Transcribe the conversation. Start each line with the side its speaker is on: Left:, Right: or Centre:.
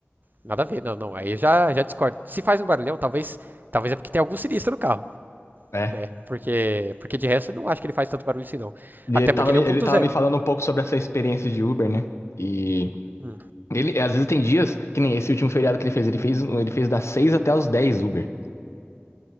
Right: Nada a ver, não, não. Aí eu já, já discordo. Se faz um barulhão, talvez, talvez é porque tem algum sinistro no carro,
Left: É.
Right: né? Porque, porque de resto eu não acho que ele faz tanto barulho assim, não.
Left: E
Right: Até
Left: ele tava,
Right: porque ele
Left: me-
Right: é
Left: ele
Right: um ponto
Left: tava
Right: zero.
Left: me falando um pouco sobre essa experiência de Uber, né? E
Right: Hum,
Left: ele, às vezes tem dias, que nem esse último feriado que ele fez, ele fez, ele fez das 6 até os 10 Uber.